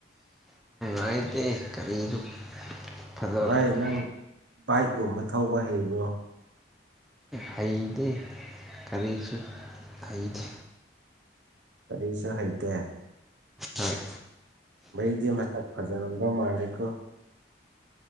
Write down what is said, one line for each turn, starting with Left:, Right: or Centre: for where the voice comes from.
Centre: ꯑꯩꯗꯤ ꯀꯔꯤꯁꯨ ꯐꯖꯕ
Right: ꯚꯥꯏ ꯅꯪ ꯕꯥꯏꯛꯀꯨꯝꯕ ꯊꯧꯕ ꯍꯩꯕ꯭ꯔꯣ
Centre: ꯍꯩꯇꯦ ꯀꯔꯤꯁꯨ ꯍꯩꯇꯦ
Right: ꯀꯔꯤꯁꯨ ꯍꯩꯇꯦ꯫
Centre: ꯍꯣꯏ
Right: ꯃꯩꯗꯤ ꯃꯁꯛ ꯐꯖꯔꯝꯗꯧ ꯃꯥꯂꯦꯀꯣ